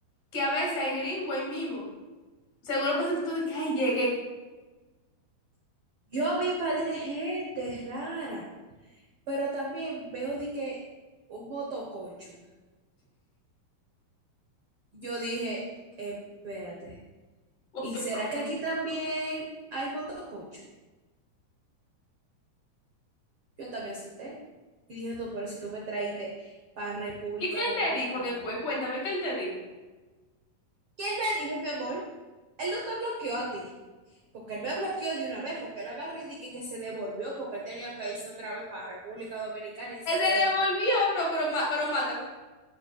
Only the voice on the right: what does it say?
Yo vi un par de gente rara, pero también veo de que un motoconcho. Yo dije, espérate,
¿y
será
que aquí también hay motoconcho? Yo también asusté y dije, no, pero si tú me traíste para República
Dominicana,
¿no?
¿Quién me dijo, mi amor? Él no te bloqueó a ti. Porque él me bloqueó de una vez, porque él agarró y dije que se devolvió, porque él tenía que irse otra vez para República Dominicana y se-